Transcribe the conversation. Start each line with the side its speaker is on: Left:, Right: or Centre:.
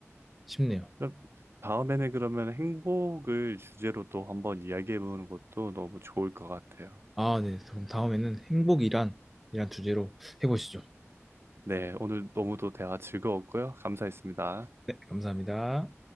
Centre: 싶네요
Right: 그럼 다음에는 그러면 행복을 주제로 또 한번 이야기해보는 것도 너무 좋을 것 같아요.
Centre: 아 네 그럼 다음에는 행복이란 이란 주제로 해보시죠
Right: 네, 오늘 너무도 대화 즐거웠고요. 감사했습니다.
Centre: 네 감사합니다